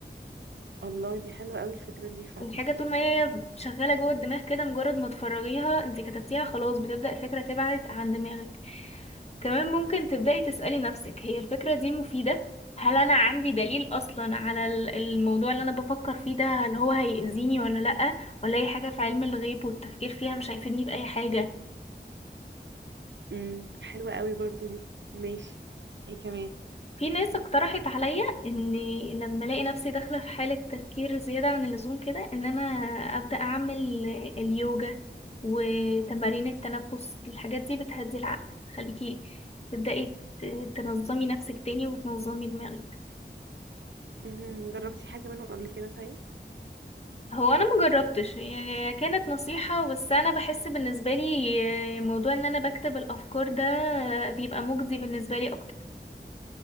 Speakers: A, on the right; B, on the left.
A: الله دي حلوه قوي الفكره دي فعلا
B: الحاجة طول ما هي شغالة جوه الدماغ كده مجرد ما تفرغيها انت كتبتيها خلاص بتبدأ الفكرة تبعد عن دماغك كمان ممكن تبدأي تسألي نفسك هي الفكرة دي مفيدة هل أنا عندي دليل أصلا على ال- الموضوع اللي أنا بفكر فيه ده هل هو هيأذيني ولا لأ ولا أي حاجة في علم الغيب والتفكير فيها مش هيفيدني بأي حاجة
A: امم حلوه قوي برضو دي ماشي ايه كمان
B: في ناس اقترحت عليا اني لما الاقي نفسي داخله في حاله تفكير زياده عن اللزوم كده ان انا ابدا اعمل اليوجا وتمارين التنفس الحاجات دي بتهدي العقل خليكي تبداي ت- تنظمي نفسك تاني وتنظمي دماغك
A: امم جربتي حاجه منهم قبل كده طيب
B: هو انا مجربتش هي كانت نصيحه بس انا بحس بالنسبه لي موضوع ان انا بكتب الافكار ده بيبقى مجدي بالنسبه لي اكتر